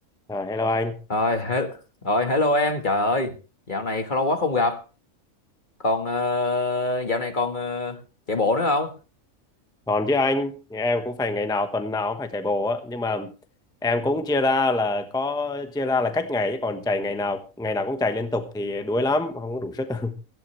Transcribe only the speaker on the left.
Rồi, he rồi hello em, trời ơi, dạo này lâu quá không gặp. Còn ờ, dạo này còn ờ, chạy bộ nữa không?